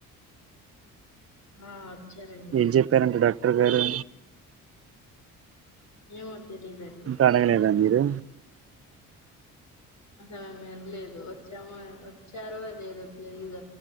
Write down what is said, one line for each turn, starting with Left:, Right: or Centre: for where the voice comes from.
Left: ఆ వచ్చారండి
Right: ఏం చెప్పారండి డాక్టర్ గారు
Left: ఏమో తెలీదండి
Right: ఇంక అడగలేదా మీరు
Left: అసలామె ఏం లేదు వచ్చాము వచ్చారో లేదు తెలియదు